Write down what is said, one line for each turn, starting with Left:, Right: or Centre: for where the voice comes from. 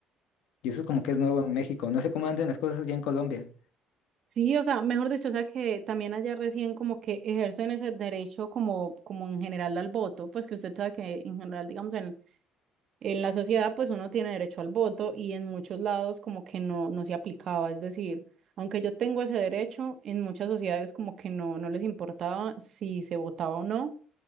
Left: Y eso es como que es nuevo en México. No sé cómo andan las cosas allá en Colombia.
Right: Sí, o sea, mejor dicho, o sea que también allá recién como que ejercen ese derecho como, como en general al voto, pues que usted sabe que en general, digamos, en, en la sociedad pues uno tiene derecho al voto y en muchos lados como que no, no se aplicaba, es decir, aunque yo tengo ese derecho, en muchas sociedades como que no, no les importaba si se votaba o no